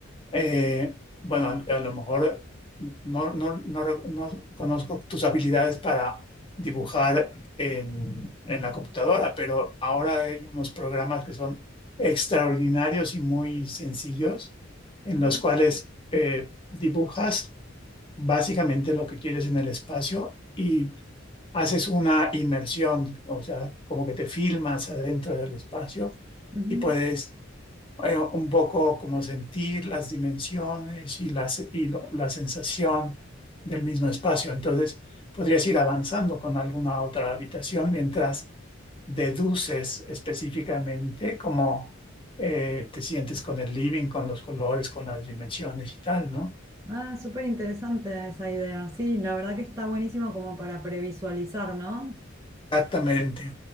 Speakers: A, on the left (about 25°); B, on the right (about 15°).
A: eh, bueno, a lo mejor no, no, no, re- no conozco tus habilidades para dibujar en, en la computadora, pero ahora hay unos programas que son extraordinarios y muy sencillos, en
B: Ajá.
A: los cuales eh, dibujas básicamente lo que quieres en el espacio y haces una inmersión, o sea, como que te filmas adentro del espacio
B: ujú.
A: y puedes eh, un poco como sentir las dimensiones y, las, y lo- la sensación del mismo espacio. Entonces, podrías ir avanzando con alguna otra habitación mientras deduces específicamente cómo eh, te sientes con el living, con los colores, con las dimensiones y tal, ¿no?
B: Ah, súper interesante esa idea. Sí, la verdad que está buenísimo como para previsualizar, ¿no?
A: Exactamente,